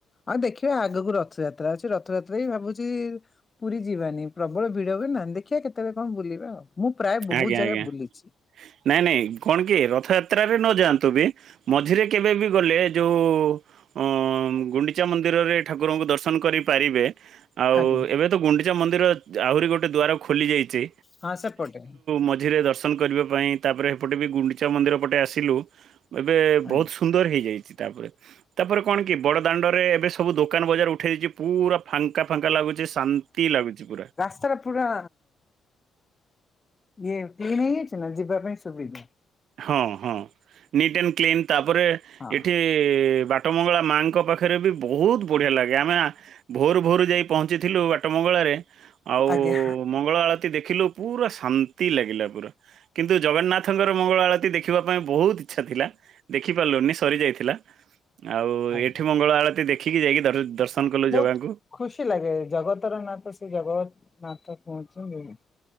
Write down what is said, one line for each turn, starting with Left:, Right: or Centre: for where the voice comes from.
Left: ଆଉ ଦେଖିବା ଆଗକୁ ରଥଯାତ୍ରା ଅଛି ରଥଯାତ୍ରା ବି ଭାବୁଛି ପୁରୀ ଯିବାନି ପ୍ରବଳ ଭିଡ ହୁଏନା ଦେଖିବା କେତେବେଳେ କଣ ବୁଲିବା ଆଉ ମୁଁ ପ୍ରାୟ ବହୁତ
Right: ଆଜ୍ଞା
Left: ଜାଗା
Right: ଆଜ୍ଞା
Left: ବୁଲିଛି।
Right: ନାଇଁ ନାଇଁ କଣ କି ରଥଯାତ୍ରାରେ ନ ଯାଆନ୍ତୁ ବି ମଝିରେ କେବେ ବି ଗଲେ ଯୋଉ ଅଁ ଗୁଣ୍ଡିଚା ମନ୍ଦିରରେ ଠାକୁରଙ୍କୁ ଦର୍ଶନ କରିପାରିବେ। ଆଉ
Left: ଆଜ୍ଞା
Right: ଏବେ ତ ଗୁଣ୍ଡିଚା ମନ୍ଦିର ଆହୁରି ଗୋଟେ ଦ୍ୱାର ଖୋଲିଯାଇଛି।
Left: ହଁ ସେପଟେ।
Right: ମଝିରେ ଦର୍ଶନ କରିବା ପାଇଁ ତା ପରେ ଏ ପଟେ ବି ଗୁଣ୍ଡିଚା ମନ୍ଦିର ପଟେ ଆସିଲୁ। ଏବେ
Left: ଆଜ୍ଞା।
Right: ବହୁତ ସୁ ସୁନ୍ଦର ହେଇଯାଇଚି ତାପରେ, ତାପରେ କଣ କି ବଡ ଦାଣ୍ଡ ରେ ଏବେ ସବୁ ଦୋକାନ ବଜାର ଉଠେଇକି ପୁରା ଫାଙ୍କା ଫାଙ୍କା ଲାଗୁଛି ଶାନ୍ତି ଲାଗୁଛି ପୁରା।
Left: ସେରା ପୁରା ଇଏ କ୍ଲିନ୍ ହେଇଯାଇଛି ନା ଯିବା ପାଇଁ ସୁବିଧା।
Right: ହଁ, ହଁ ନିଟ୍ ଆଣ୍ଡ କ୍ଲିନ ତାପରେ
Left: ହଁ
Right: ଏଠି ଏ ବାଟମଙ୍ଗଳା ମାଆଙ୍କ ପାଖରେ ବି ବହୁତ ବଢ଼ିଆ ଲାଗେ ଆମେ ଭୋରୁ ଭୋରୁ ଯାଇ ପହଞ୍ଚିଥିଲୁ ବାଟ ମଙ୍ଗଳାରେ। ଆଉ
Left: ଆଜ୍ଞା
Right: ମଙ୍ଗଳା ଆଳତି ଦେଖିଲୁ ପୁରା ଶାନ୍ତି ଲାଗିଲା ପୁରା। କିନ୍ତୁ ଜଗନ୍ନାଥଙ୍କର ମଙ୍ଗଳ ଆଳତି ଦେଖିବା ପାଇଁ ବହୁତ ଇଚ୍ଛା ଥିଲା ଦେଖି ପାରିଲୁନି ସରିଯାଇଥିଲା। ଆଉ
Left: ଆଜ୍ଞା।
Right: ଏଠି ମଙ୍ଗଳା ଆଳତି ଦେଖିକି ଯାଇକି ଦର ଦର୍ଶନ କଲୁ
Left: ବହୁତ
Right: ଜଗାଙ୍କୁ।
Left: ଖୁସି ଲାଗେ ଜଗତର ନାଥ ସେ ଜଗତ ନାଥ। <unintelligible>